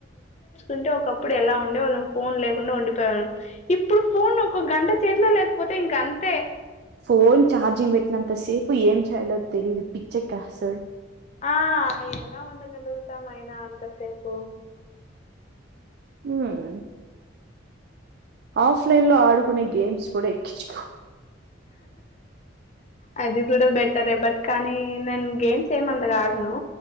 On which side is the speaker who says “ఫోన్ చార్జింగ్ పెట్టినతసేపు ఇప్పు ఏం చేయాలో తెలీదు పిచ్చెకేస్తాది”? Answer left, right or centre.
Right